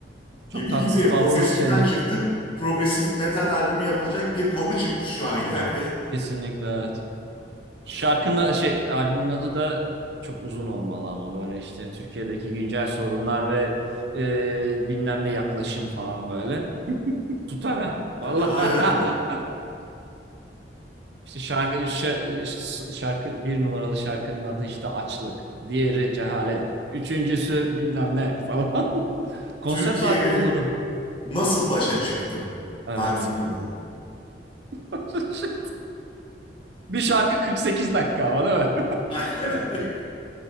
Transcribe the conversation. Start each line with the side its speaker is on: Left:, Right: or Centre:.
Right: Çok
Left: Gibi
Right: tatsız
Left: gibi
Right: tatsız
Left: progresiften
Right: şeyler.
Left: çıktık. Progresif metal albümü yapılacak bir konu çıktı şu an yani.
Right: Kesinlikle evet. Şarkının a- şey albümün adı da çok uzun olmalı ama böyle işte Türkiye'deki güncel sorunlar ve e, bilmem ne yaklaşım falan böyle. <laughs> Tutar ha. Vallahi.
Left: Aynen.
Right: <laughs> İşte şarkı, şa- şarkı bir numaralı şarkının adı işte Açlık. Diğeri Cehalet. Üçüncüsü bilmem ne falan. <laughs> Konsept
Left: Türkiye
Right: albüm
Left: ile
Right: olur o.
Left: Nasıl Başa Çıktım
Right: Evet.
Left: albümün adı.
Right: <laughs> Bir şarkı 48 dakika ama değil mi?
Left: <laughs>